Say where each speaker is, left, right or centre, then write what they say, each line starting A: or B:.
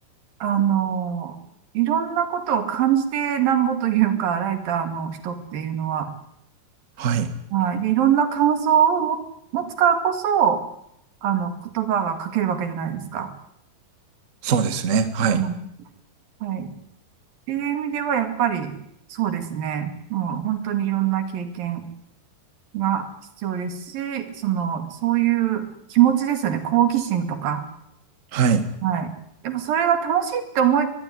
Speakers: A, on the right; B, on the right.
A: あの、いろんなことを感じてなんぼというか、ライターの人っていうのは、
B: はい。
A: はい。で、いろんな感想をも持つからこそ、あの、言葉が書けるわけじゃないですか。
B: そうですね。はい。
A: うん。はい。っていう意味では、やっぱり、そうですね。もう本当にいろんな経験が必要ですし、その、そういう気持ちですよね。好奇心とか。
B: はい。
A: はい。やっぱそれが楽しいって思え